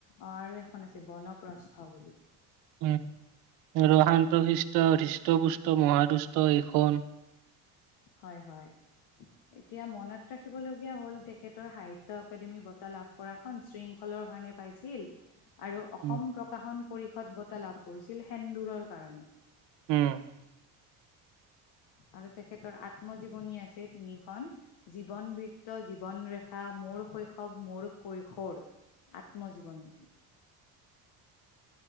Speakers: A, on the left; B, on the right.
A: অ', আৰু এখন আছে 'বনপ্ৰস্থ' বুলি।
B: উম্, আৰু 'শান্ত-শিষ্ট হৃষ্ট-পুষ্ট মহাদুষ্ট' এইখন।
A: হয়, হয়। এতিয়া মনত ৰাখিবলগীয়া হ'ল-তেখেতৰ সাহিত্য অকাডেমি বঁটা লাভ কৰাখন, 'শৃংখল'ৰ কাৰণে- পাইছিল। আৰু অসম
B: উম,
A: প্ৰকাশন পৰিষদ বঁটা লাভ কৰিছিল 'সেন্দুৰ'ৰ কাৰণে।
B: উম্।
A: আৰু তেখেতৰ আত্মজীৱনী আছে তিনিখন। 'জীৱন-বৃত্ত', 'জীৱন-ৰেখা', 'মোৰ শৈ- শৱ', 'মোৰ কৈশোৰ' আত্মজীৱনী।